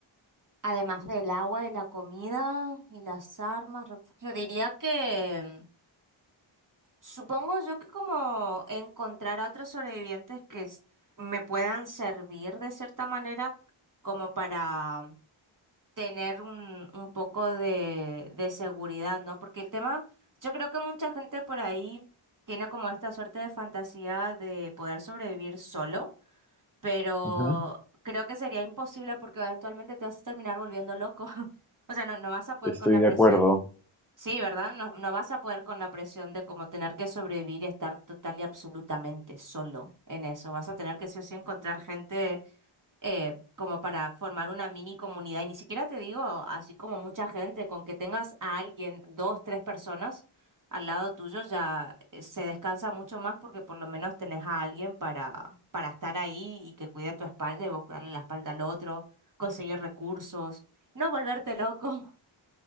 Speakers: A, on the right; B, in the centre.
A: Además del agua, de la comida y las armas, refugio, diría que supongo yo que como encontrar a otros sobrevivientes que s- me puedan servir de cierta manera como para tener un, un poco de, de seguridad, ¿no? Porque el tema, yo creo que mucha gente por ahí tiene como esta suerte de fantasía de poder sobrevivir solo, pero
B: Ujú,
A: creo que sería imposible porque eventualmente te vas a terminar volviendo loco. <laughs> O sea, no, no vas a poder
B: Estoy
A: con la
B: de
A: presión,
B: acuerdo.
A: sí, ¿verdad? No, no vas a poder con la presión de como tener que sobrevivir, y estar total y absolutamente solo en eso. Vas a tener que sí o sí encontrar gente eh, como para formar una mini comunidad. Y ni siquiera te digo así como mucha gente, con que tengas a alguien, dos, tres personas al lado tuyo ya eh, se descansa mucho más porque por lo menos tenés a alguien para, para estar ahí y que cuide tu espalda y vos cuidarle la espalda al otro, conseguir recursos, no volverte loco.